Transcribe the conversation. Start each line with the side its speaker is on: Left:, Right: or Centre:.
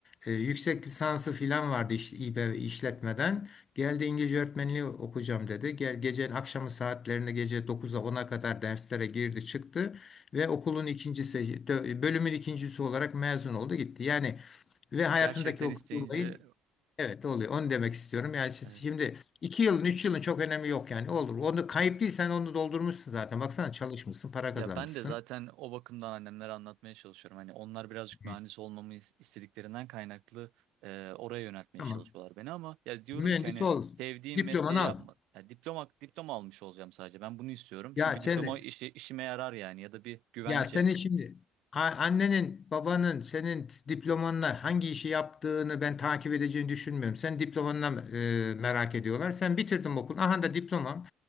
Left: Ee, yüksek lisansı filan vardı iş, İBB işletmeden. Geldi İngilizce öğretmenliği okuyacağım dedi. Gel gecenin akşamı saatlerinde gece dokuz'a ona kadar derslere girdi çıktı
Right: Tamam.
Left: ve okulun ikincisi, dö- bölümün ikincisi olarak mezun oldu gitti. Yani ve hayatındaki
Right: Gerçekten
Left: o
Right: isteyince
Left: kısır olayı evet oluyor. Onu demek istiyorum. Yani şi-
Right: evet.
Left: şimdi iki yılın, üç yılın çok önemi yok yani. Olur. Onu kayıp değil, sen onu doldurmuşsun zaten. Baksana çalışmışsın, para
Right: Ya
Left: kazanmışsın.
Right: ben de zaten o bakımdan annemlere anlatmaya çalışıyorum. Hani onlar birazcık
Left: Hı.
Right: mühendis olmamı is- istediklerinden kaynaklı e, oraya yöneltmeye
Left: Tamam.
Right: çalışıyorlar beni ama ya diyorum
Left: Mühendis
Right: ki hani
Left: ol.
Right: sevdiğim
Left: Diplomanı
Right: mesleği
Left: al.
Right: yapma. Ya diploma diploma almış olacağım sadece. Ben bunu istiyorum.
Left: Ya
Right: Çünkü
Left: sen
Right: diploma işi, işime yarar yani ya da bir güvence.
Left: Ya seni şimdi a- annenin, babanın senin diplomanla hangi işi yaptığını ben takip edeceğini düşünmüyorum. Sen diplomanla e, merak ediyorlar. Sen bitirdin okul. Aha da diplomam.